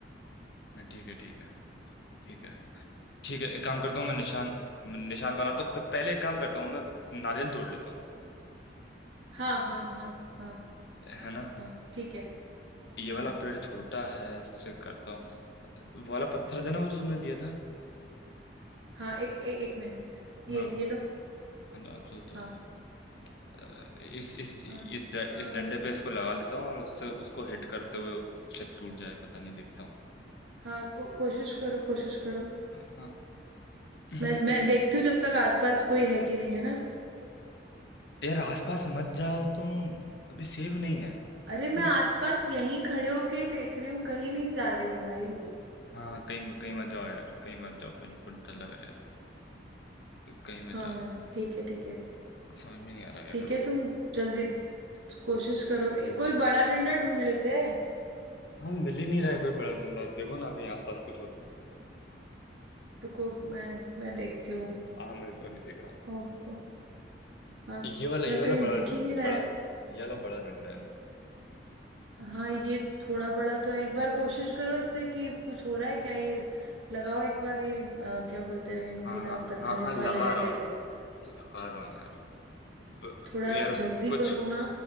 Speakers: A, on the left; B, on the right.
A: हाँ ठीक है ठीक है ठीक है ठीक है एक काम करता हूँ मैं निशान निशान बनाता हूँ प- पहले एक काम करता हूँ मैं नारियल तोड़ लेता हूँ
B: हाँ हाँ हाँ हाँ
A: है ना
B: हाँ ठीक है
A: ये वाला
B: हाँ
A: पेड़ छोटा है इससे करता हूँ वाला पत्थर देना वो जो तुमने दिया था
B: हाँ ए, ए, एक मिनट ये
A: हाँ
B: ये लो
A: हाँ लो लो दो तो,
B: हाँ
A: दो अ, इस इस इस
B: हाँ
A: ड,
B: अ,
A: इस डंडे पे इसको लगा लेता हूँ और उससे उसको हिट करते हुए शायद टूट जाए पता नहीं देखता हूँ
B: हाँ को, कोशिश करो कोशिश करो
A: हाँ हम्म,
B: मैं मैं देखती हूँ जब तक आसपास कोई है कि नहीं है ना
A: यार आसपास मत जाओ तुम अभी सेफ नहीं है
B: अरे मैं
A: तुम
B: आसपास
A: सर
B: यहीं खड़े होके ही देख रही हूँ कहीं नहीं जा रही हूँ भाई
A: हाँ कहीं कहीं मत जाओ यार कहीं मत जाओ मुझे बहुत डर लग रहा है थोड़ा कहीं मत
B: हाँ
A: जाओ
B: हाँ ठीक है ठीक है
A: समझ में नहीं आ रहा क्या
B: ठीक
A: करो
B: है तुम जल्दी कोशिश करो ए, कोई बड़ा डंडा ढूंढ लेते हैं
A: हाँ मिल ही नहीं रहा है कोई बड़ा डंडा देखो ना कहीं आसपास कुछ हो तो
B: रुको मैं मैं देखती हूँ
A: हाँ मैं अभी देख रहा हूँ
B: ओ, प- हाँ
A: ये वाला
B: पर
A: ये वाला
B: कहीं
A: बड़ा
B: दिख ही नहीं रहा
A: बड़ा
B: है
A: ये वाला बड़ा डंडा है ना
B: हाँ ये थोड़ा बड़ा तो है एक बार कोशिश करो इससे कि कुछ हो रहा है क्या ये लगाओ एक बार ये अ, क्या बोलते हैं ये नुकीला
A: हाँ हाँ
B: पत्थर
A: हाँ हाँ
B: इस
A: लगा
B: वाले डंडे
A: रहा हूँ
B: पे
A: लगा रहा हूँ यार ब-
B: थोड़ा
A: यार
B: जल्दी
A: कुछ
B: करो ना